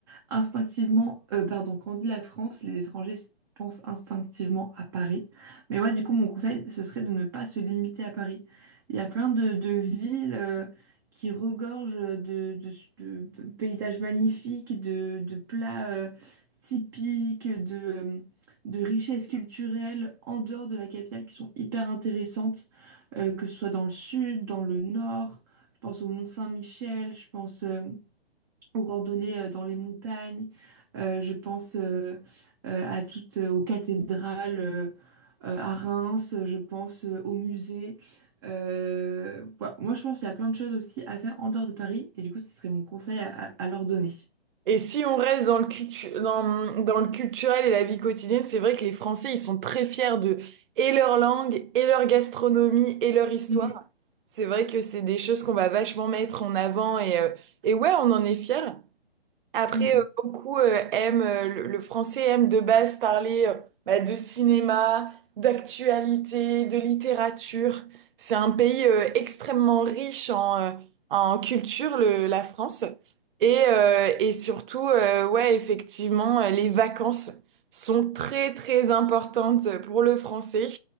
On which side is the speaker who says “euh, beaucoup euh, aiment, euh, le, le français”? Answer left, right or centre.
Right